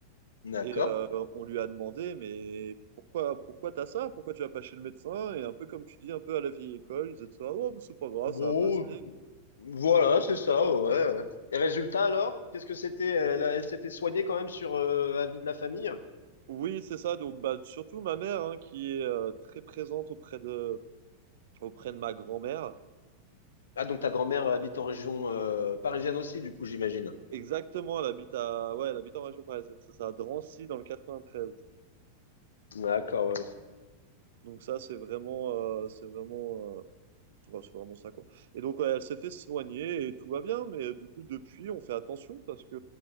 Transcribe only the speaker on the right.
Et euh, on lui a demandé, mais pourquoi, pourquoi t'as ça? Pourquoi tu vas pas chez le médecin? Et un peu comme tu dis, un peu à la vieille école, ils étaient ça, oh, c'est pas grave,
ça va passer.
Oui, c'est ça. Donc, bah, surtout ma mère, hein, qui est euh, très présente auprès de, auprès de ma grand-mère.
Exactement, elle habite à, ouais, elle habite en région parisienne, c'est ça, à Drancy, dans le 93.
Donc ça, c'est vraiment, euh, c'est vraiment, euh, ouais, c'est vraiment ça, quoi. Et donc, ouais, elle s'est fait soigner et tout va bien, mais du coup, depuis, on fait attention parce que